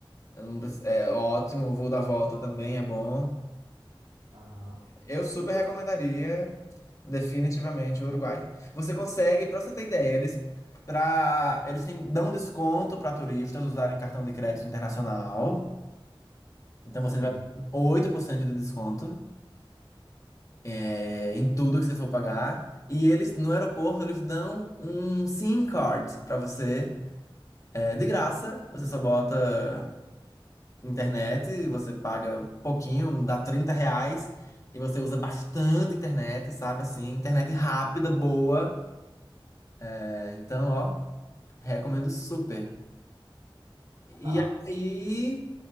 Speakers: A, on the left (about 35°); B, on the right (about 80°).
A: eu não preci- é ótimo. O voo da volta também é bom.
B: Aham,
A: Eu super recomendaria, definitivamente, o Uruguai. Você consegue, pra você ter ideia, eles, pra, eles têm, dão desconto para turistas usarem cartão de crédito internacional. Então,
B: sim.
A: você vai ter 8% de desconto. é, em tudo que você for pagar. E eles, no aeroporto, eles dão um SIM card pra você, é, de graça. Você só bota internet, você paga pouquinho, dá 30 reais. E você usa bastante internet, sabe? Assim, internet rápida, boa. É, então, ó, recomendo super. E
B: Tá,
A: aí,